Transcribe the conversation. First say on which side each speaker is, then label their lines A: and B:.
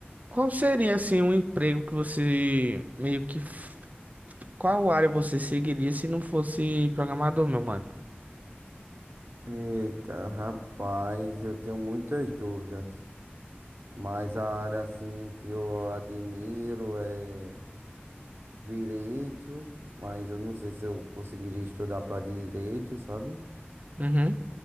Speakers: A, on the right (about 40°); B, on the right (about 65°).
A: qual seria assim um emprego que você meio que f- qual área você seguiria se não fosse programador, meu mano?
B: Eita, rapaz, eu tenho muitas dúvidas. Mas a área assim que eu admiro é direito, mas eu não sei se eu conseguiria estudar para direito, sabe?
A: Uhum,